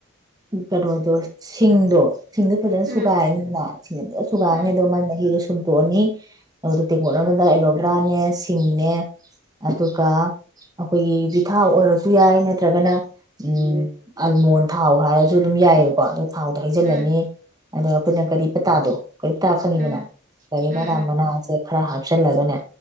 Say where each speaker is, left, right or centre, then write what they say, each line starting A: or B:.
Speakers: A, on the right; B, on the right.
A: ꯀꯩꯅꯣꯗꯣ ꯁꯤꯡꯗꯣ ꯁꯤꯡꯗꯣ ꯐꯖꯅ ꯁꯨꯒꯥꯏꯔꯅꯤꯗꯅ
B: ꯎꯝ
A: ꯁꯨꯨꯒꯥꯏꯔꯅꯤ
B: ꯎꯝ
A: ꯃꯥꯏ ꯃꯍꯤ ꯁꯨꯝꯇꯣꯛꯑꯅꯤ ꯑꯗꯨꯣ ꯇꯦꯡꯀꯣꯠꯅꯕꯗ ꯑꯦꯂꯣꯕꯦꯔꯥꯅꯦ ꯁꯤꯡꯅꯦ ꯑꯗꯨꯒ ꯑꯩꯈꯣꯏꯒꯤ ꯌꯨꯕꯤ ꯊꯥꯎ ꯑꯣꯏꯔꯁꯨ ꯌꯥꯏ ꯅꯠꯇ꯭ꯔꯒꯅ ꯎꯝ ꯑꯜꯃꯣꯟ ꯊꯥꯎ ꯍꯥꯏꯔꯁꯨ ꯑꯗꯨꯝ ꯌꯥꯏꯑꯕꯀꯣ ꯊꯥꯎꯗꯣ ꯍꯩꯖꯤꯜꯂꯅꯤ
B: ꯎꯝ
A: ꯑꯗꯣ ꯑꯩꯈꯣꯏꯅ ꯀꯔꯤ ꯀꯔꯤ ꯄꯇꯥꯗꯣ ꯀꯔꯤꯞ ꯇꯥ ꯈꯪꯉꯤꯗꯅ
B: ꯎꯝ ꯎꯝ
A: ꯀꯔꯤꯄꯇ
B: ꯎꯝ ꯎꯝ ꯎꯝ ꯎꯝ
A: ꯃꯅꯥꯁꯦ ꯈꯔ ꯍꯥꯞꯆꯜꯂꯒꯅꯦ